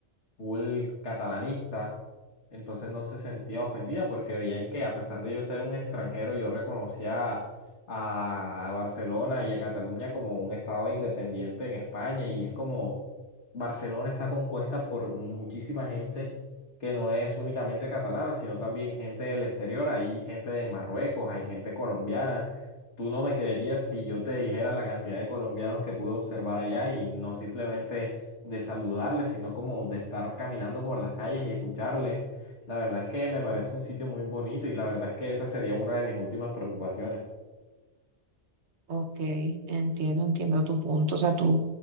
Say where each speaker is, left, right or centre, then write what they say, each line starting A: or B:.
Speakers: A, on the left; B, on the right.
A: full catalanista, entonces no se sentía ofendida porque veían que a pesar de yo ser un extranjero, yo reconocía a Barcelona y a Cataluña como un estado independiente en España y es como Barcelona está compuesta por muchísima gente que no es únicamente catalana, sino también gente del exterior, hay gente de Marruecos, hay gente colombiana. Tú no me creerías si yo te dijera la cantidad de colombianos que pude observar allá y no simplemente de saludarle, sino como de estar caminando por las calles y escucharle. La verdad es que me parece un sitio muy bonito y la verdad es que esa sería una de mis últimas preocupaciones.
B: Ok, entiendo, entiendo tu punto. O sea, tú